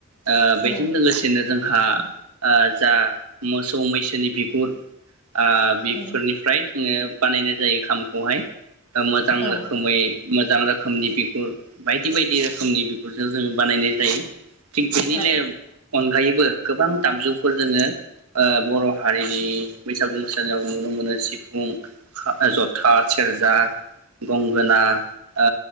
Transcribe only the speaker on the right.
ओ बेजों
लोगोसेनो जोंहा ओ जा मोसौ मैसोनि बिगुर ओ
बेफोरनिफ्राय जोङो बानायनाय जायो खाम खौहाय ओ मोजां
रोखोमै मोजां रोखोमनि बिगुर बायदि बायदि रोखोमनि बिगुरजों जों बानायनाय जायो। थिग बेनि
<unintelligible> अनगायै बो गोबां दामजुफोर जोङो ओ बर' हारिनि बैसागु मोसानायाव नुनो मोनो सिफुं खामो जथा सेरजा गंगोना ओ